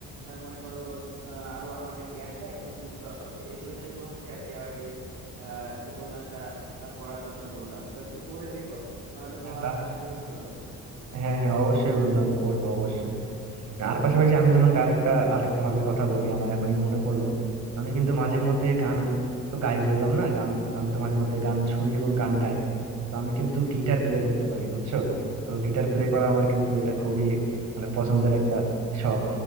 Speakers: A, on the right; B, on the right.
A: আহ, মনে করো আহ, আরো আমাদের জ্ঞানটা একটু বিস্তর হবে এই জন্যই তোমাকে আর কি এই আহ, উপন্যাসটা আহ, পড়ার জন্য বললাম তো একটু পড়ে দেখো তাহলে
B: হ্যাঁ
A: তোমার
B: তা
A: আশা করি ভালো লাগবে
B: হ্যাঁ হ্যাঁ অবশ্যই বন্ধু আমি পড়বো অবশ্যই আর পাশাপাশি আমি তোমাকে আরেকটা আরেকটা হবির কথা বলি আমার এখনই মনে পড়লো আমি কিন্তু মাঝে মধ্যে গান তো গাই বললাম না গান আমি তো মাঝে মধ্যে গান শুনি এবং গান গাই তো আমি কিন্তু গিটার প্লে করতে পারি বুঝছো তো গিটার প্লে করা আমার কিন্তু এটা খুবই মানে পছন্দের একটা শখ